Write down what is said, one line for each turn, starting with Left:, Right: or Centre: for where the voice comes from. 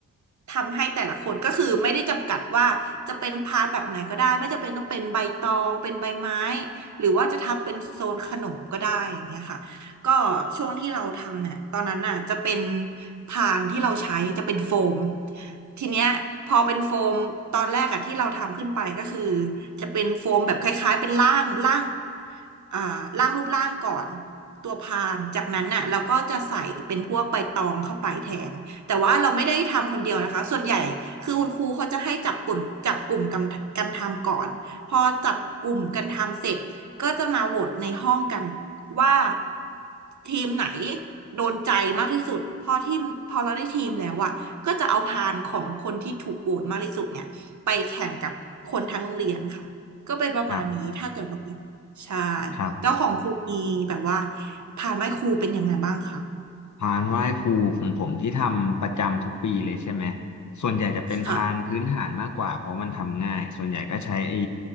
Right: ทำให้แต่ละคนก็คือไม่ได้จำกัดว่าจะเป็นพานแบบไหนก็ได้ไม่จำเป็นต้องเป็นใบตองเป็นใบไม้ หรือว่าจะทำเป็นโซนขนมก็ได้อย่างเงี้ยค่ะก็ช่วงที่เราทำเนี่ยตอนนั้นน่ะจะเป็นพานที่เราใช้จะเป็นโฟมทีเนี้ยพอเป็นโฟมตอนแรกอะที่เราทำขึ้นไปก็คือจะเป็นโฟมแบบคล้ายๆเป็นล่างล่าง อ่าร่างรูปร่างก่อนตัวพานจากนั้นน่ะเราก็จะใส่เป็นพวกใบตองเข้าไปแทนแต่ว่าเราไม่ได้ทำคนเดียวนะคะส่วนใหญ่คือคุณครูเขาจะให้จับกลุ่มจับกลุ่มกันกันทำก่อนพอจับกลุ่มกันทำเสร็จก็จะมาโหวตในห้องกันว่าทีมไหนโดนใจมากที่สุดพอทีมพอเราได้ทีมแล้วอะก็จะเอาพานของคนที่ถูกโหวตมากที่สุดเนี่ยไปแข่งกับคนทั้งโรงเรียนค่ะก็เป็นประมาณนี้ถ้าเกิดว่า
Left: ครับ
Right: ใช่
Left: ครับ
Right: แล้วของคุณมีแบบว่าพานไหว้ครูเป็นยังไงบ้างคะ
Left: พานไหว้ครูของผมที่ทำประจำทุกปีเลยใช่ไหมส่วนใหญ่จะเป็นพานพื้นฐานมากกว่าเพราะมันทำง่ายส่วนใหญ่ก็ใช้ไอ้
Right: ค่ะ